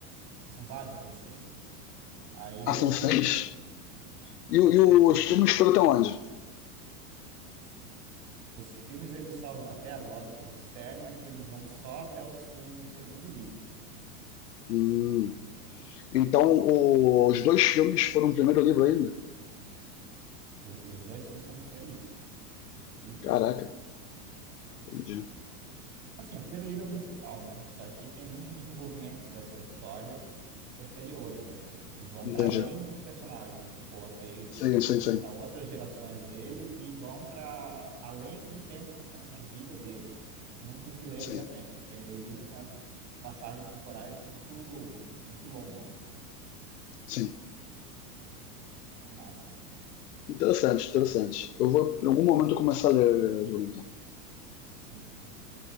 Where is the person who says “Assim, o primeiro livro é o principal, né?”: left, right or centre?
Right